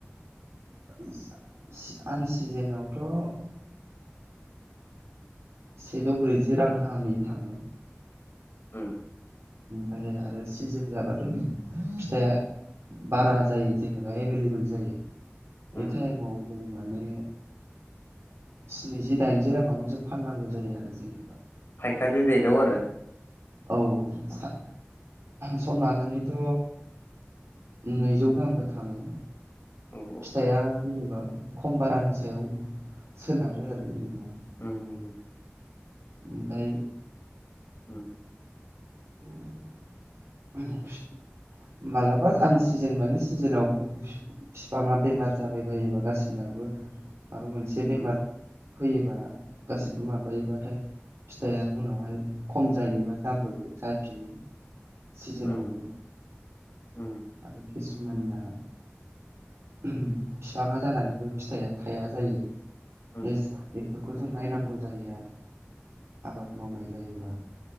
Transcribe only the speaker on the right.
<unintelligible> आन सिजेनावथ' सेजौ ब्रैजि रां गाहामैनो थाङो
ओमफाय आरो सिजोन जाबाथ' फिथाइया बारा जायो जेनेबा एभेलेबेल जायो बे
टाइमाव जों माने स्निजि दाइनजि रांङावनो जों फाननांगौ जायो आरो जेनेबा।
औ सा सम लानानैथ' नैजौ गाहामबो थाङो।
फिथाइया जेनेबा खम बारानि सायाव सोनारो आरो जेनेबा
ओमफाय
<unintelligible> मालाबा आन सिजेन माने सिजेनावबो फिफाङा बेमार जाबायबायोबा गासिनाबो माबा मोनसे बेमार
फैयोबा गासिबो माबायोबाथाय फिथाइया उनावहाय खम जायोबा दामबो जाफिनो सिजेनावबो।
आरो खिसुमानना फिफाङा जानानैबो फिथाइया थाया जायो।
एस बेफोरखौ जों नायनांगौ जायो आरो आबाद मावनाय जायोबा।